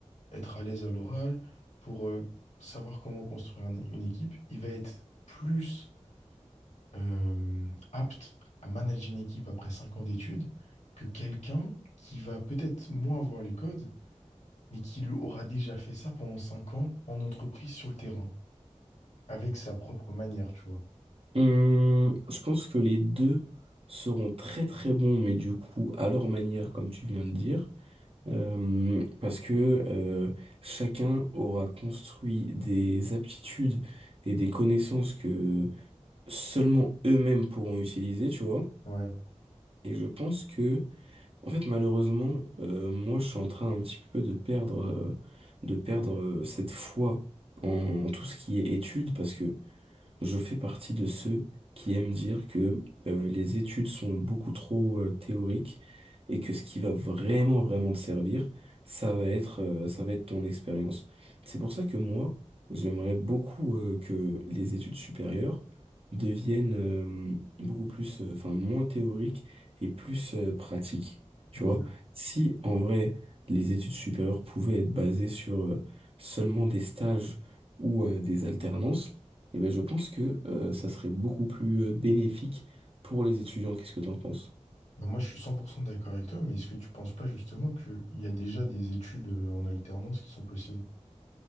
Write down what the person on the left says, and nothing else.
être à l'aise à l'oral, pour euh, savoir comment construire un- une équipe. Il va être plus euh, apte à manager une équipe après 5 ans d'études que quelqu'un qui va peut-être moins avoir les codes, mais qui lui aura déjà fait ça pendant 5 ans en entreprise sur le terrain, avec sa propre manière, tu vois.
Ouais.
ok.
Ben moi, je suis 100% d'accord avec toi, mais est-ce que tu penses pas justement qu'il y a déjà des études euh, en alternance qui sont possibles?